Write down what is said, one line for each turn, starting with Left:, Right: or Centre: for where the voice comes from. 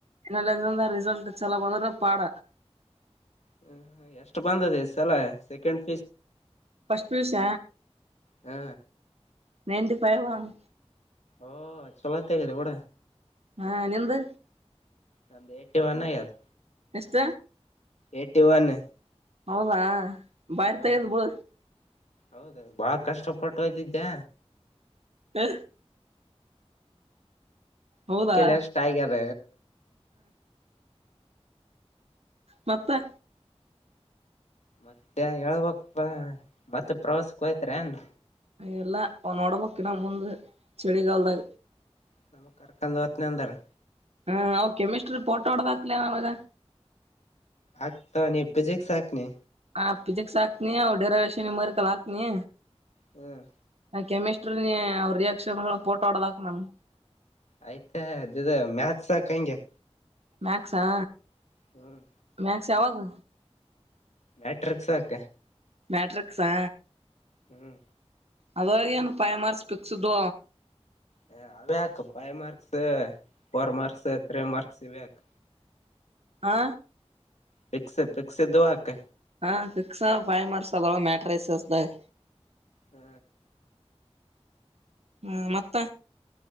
Right: ಇನ್ನೊಂದು ಎಕ್ಸಾಮಾಗ ರಿಸಲ್ಟ್ ಚಲ ಬಂದ್ರ ಪಾಡ
Left: ಹ್ಮ ಎಷ್ಟು ಬಂದದೆೇ ಸಲ second
Right: first P U C
Left: ಹಾ
Right: ನೆಟಿಫೈನ್
Left: ಓ ಚಲತ್ತೆಗದೆವಡ
Right: ಹಾ ನಿಂದು
Left: ಒಂದ ಟೆನ್ಷನ್ ಆಗ ಅದು
Right: ಎಷ್ಟ
Left: ಏಟಿ ಒನ್
Right: ಹೌದ ಭಾರತ
Left: ಹ್ಮ
Right: ಇದುಬೋ
Left: ಹೌದ ಬಾಳ ಕಷ್ಟಪಟ್ಟುಯ್ದಿದ್ದೆ
Right: ಹ ಹೌದಾ
Left: ಅದಿಕೆಲ್ಲೆ ಅಷ್ಟ ಆಗ್ಯದ
Right: ಮತ್ತ
Left: ಮತ್ತೆ ಹೇಳ್ಬಕ್ ಪಾ ಮತ್ತ ಪ್ರವಾಸಕ್ ಹೋಗಿದ್ರಾ ಏನ್
Right: ಅ ಎಲ್ಲ ಅವನೊಡಂಬಕ್ಕಿನ ಮುಂದ ಚಳಗಾಲದ
Left: ನಮ್ ಕರಕಂದು ವತ್ನ ಅಂದಾರೆ
Right: ಹಾ ಅವ ಕೆಮಿಸ್ಟ್ರಿ ಪೋಟೋ ಹೊಡದಾಕ್ಲ ನಾವಾಗ
Left: ಆಗ್ತ ನೀ ಎಪ್ಪೇಜೆಕ್ ಸಾಕ್ನೆ
Right: ಹಾ ಫಿಸಿಿಕ್ಸ್ ಹಾಕ್ತನಿ ಅವವು ಡೇರೆ ವಷ ಮರ್ಕಲ್ ಹಾಕ್ನಿ
Left: ಹ್ಮ್
Right: ಕೆಮಿಸ್ಟ್ರ ಅವ ರಿಯಾಕ್ಷನ್ ಫೋಟೋ ಆಡದಾಕ ನಮ
Left: ಆಯ್ತಾ ಅ ಮ್ಯಾಕ್ಸ್ ಕಂಗೆ
Right: ಮಕ್ಸಾ
Left: ಹ್ಮ್
Right: ಮ್ಯಾಕ್ಸ ಯವದು
Left: ಮ್ಯಾಟ್ರಿಕ್ಸ್ ಸಾಕ
Right: ಮ್ಯಾಟ್ರಿಕ್ಸಾ
Left: ಹ್ಮ್
Right: ಅದವ ಏನ್ ಫೈವ್ ಮಾರ್ಕ್ಸ್ ಕ್ಸ್ದು
Left: ಹ ಅ್ಯಾಕ್ five marks four marks three marks ಇವ್ಯಾಕ್.
Right: ಆ
Left: ಪಿಕ್ಸ್ ಪಕ್ಸ್ ಇದುವು ಅಕ್
Right: ಹ ಸಿಕ್ಸ್ಸಾ ಫೈವ್ ಮಾರ್ಕ್ಸ್ ಅವಾ ಮಟ್ರಿಸಸ್ ದಾಗ
Left: ಹ್ಮ್
Right: ಹ್ಮ ಮತ್ತ